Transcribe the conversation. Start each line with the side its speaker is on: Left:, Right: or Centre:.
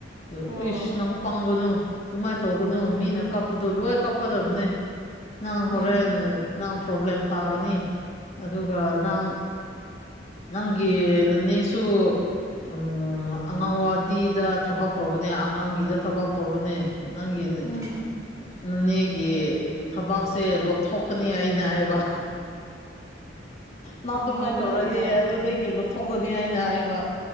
Left: ꯑꯗꯨ
Right: ꯑꯣ
Left: ꯏꯁ ꯅꯪ ꯄꯪꯒꯅꯨ ꯑꯗꯨꯃꯥꯏ ꯇꯧꯒꯅꯨ ꯃꯤꯅ ꯀꯞꯄꯗꯣ ꯂꯣꯏ ꯀꯞꯀꯗꯕꯅꯦ ꯅꯪ ꯍꯣꯔꯦꯟ
Right: ꯎꯝ
Left: ꯅꯪ ꯄ꯭ꯔꯣꯕꯂꯦꯝ ꯇꯥꯒꯅꯤ ꯑꯗꯨꯒ ꯅꯪ ꯅꯪꯒꯤ ꯅꯅꯦꯁꯨ ꯎꯝ ꯑꯉꯥꯡꯋꯥꯗꯤꯗ ꯊꯕꯛ ꯇꯧꯕꯅꯦ ꯑꯉꯥꯡꯒꯤꯗ ꯊꯕꯛ ꯇꯧꯕꯅꯦ ꯅꯪꯒꯤꯅꯦ
Right: ꯎꯝ
Left: ꯅꯅꯦꯒꯤ ꯊꯕꯛꯁꯦ ꯂꯧꯊꯣꯛꯀꯅꯤ ꯑꯩꯅ ꯍꯥꯏꯕ ꯅꯪ
Right: ꯅꯪꯉꯣꯟꯗ
Left: ꯑꯗꯨꯃꯥꯏꯅ ꯇꯧꯔꯗꯤ
Right: ꯂꯩꯌꯦ ꯍꯥꯏꯌꯣ
Left: ꯑꯗꯨꯗꯒꯤ ꯂꯣꯠꯊꯣꯛꯀꯅꯤ ꯍꯥꯏꯅ ꯍꯥꯏꯕ꯫